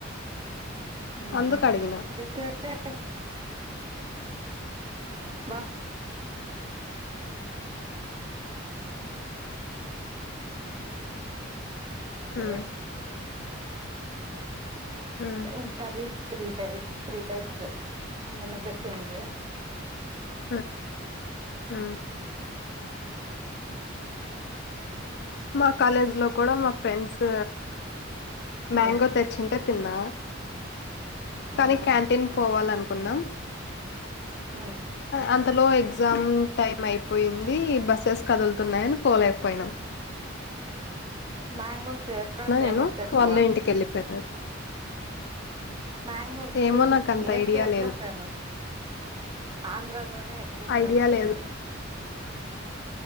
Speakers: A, on the right (about 25°); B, on the left (about 55°).
A: ఉహు
B: అందుకు అడిగిన
A: ఎస్టర్ డే బ అకే
B: ఉమ్ ఉమ్
A: ఇంకా కరీస్ త్రీ టై త్రీ టైప్స్ నన్ను పెటింది
B: ఉ ఉ మా కాలేజ్ లో కూడా మా ఫ్రెండ్స్
A: హ్మ్
B: మ్యాంగో తెచ్చింటే తిన్నా
A: హ్మ్
B: కానీ క్యాంటీన్ పోవాలనుకున్నాం
A: హ్మ్
B: అంతలో ఎగ్జామ్ టైమ్ అయి పోయింది. బస్సెస్ కదులుతున్నయని
A: హ్మ్. హ్మ్.
B: పోలేకపోయినం
A: మ్యాంగోస్ ఎక్కడ ఫేమస్
B: నేను
A: చెప్పవా
B: వాళ్ళు ఇంటికి వెళ్ళిపోయినారు
A: మ్యాంగోస్
B: ఏమో నాకు అంత
A: ఏ
B: ఐడియా
A: స్టేట్
B: లేదు
A: లో ఫేమస్ ఆంధ్రలోనే ఎక్కువ ఫేమస్
B: ఐడియా లేదు
A: అవి